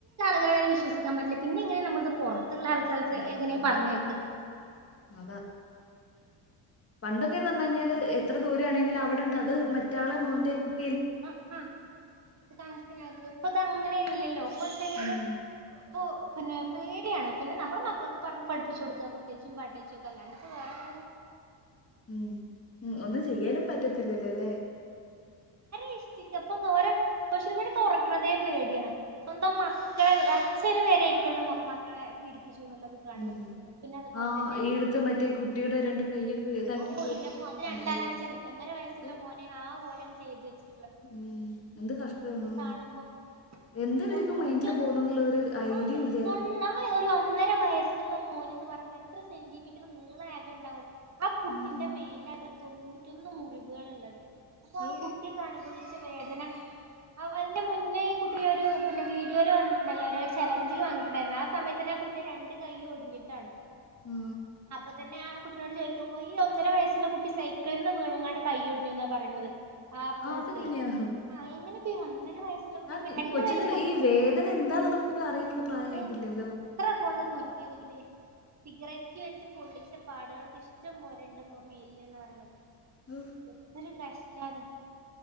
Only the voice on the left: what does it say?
ഉം
അതാ പണ്ടൊക്കെന്ന് പറഞ്ഞഴിഞ്ഞാല് എത്ര ദൂരെ ആണെങ്കിലും അവിടെണ്ട് അത് മറ്റാളെ മോന്റെ കുട്
ഉം
ഉം ഉം ഒന്നും ചെയ്യാനും പറ്റത്തില്ലല്ലോല്ലേ
ഉം
ആ
ഈ അടുത്ത്
മറ്റേ കുട്ടിയുടെ രണ്ട് കൈയൊക്കെ ഇതാക്കിയിട്ട്
കണ്ടില്ലായിരുന്നോ
ഓ
ഉം എന്ത് കഷ്ടാണോ
എന്താ ഇവരെയൊക്കെ
മൈൻഡില് പോണന്നുള്ളൊരു ഐഡിയ
ഇല്ല
ഉം
ഓ
ആ
ആ അതെങ്ങനെയാ
ആ
കൊച്ചിന്
ഈ വേദന എന്താന്നുള്ളപോലും അറിയാനുള്ള പ്രായായിട്ടില്ലല്ലോ?
ഓ